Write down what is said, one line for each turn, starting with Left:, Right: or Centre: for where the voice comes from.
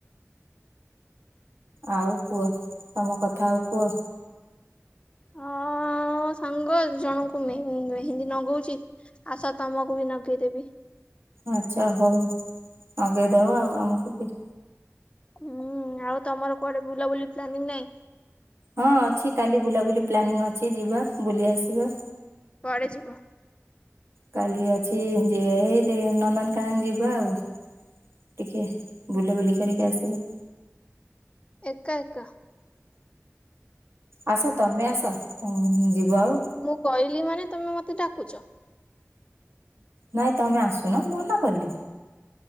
Right: ଆଉ କୁହ ତମ କଥା ଆଉ କୁହ
Left: ହଁ ସାଙ୍ଗ ଜଣଙ୍କୁ ମେହେ ମେହେନ୍ଦୀ ନଗଉଛି ଆସ ତମକୁ ବି ନଗେଇଦେବି
Right: ଆଚ୍ଛା ହଉ ନଗେଇ ଦେବା ଆଉ ଆମକୁ କି
Left: ହୁଁ ଆଉ ତମର କୁଆଡେ ବୁଲାବୁଲି ପ୍ଲାନିଂ ନାଇଁ
Right: ହଁ ଅଛି କାଲି ବୁଲାବୁଲି ପ୍ଲାନିଂ ଅଛି ଯିବା ବୁଲି ଆସିବା
Left: ପରେ ଯିବ
Right: କାଲି ଅଛି ଯେ ଏଇ ଦିଜଣ ନନ୍ଦନକାନନ ଯିବା ଆଉ ଟିକେ ବୁଲାବୁଲି କରିକି ଆସିବା
Left: ଏକା ଏକା
Right: ଆସ ତମେ ଆସ ଯିବ ଆଉ
Left: ମୁଁ କହିଲି ମାନେ ତମେ ମତେ ଡାକୁଛ
Right: ନାଇଁ ତମେ ଆସୁନ ମନା କଲି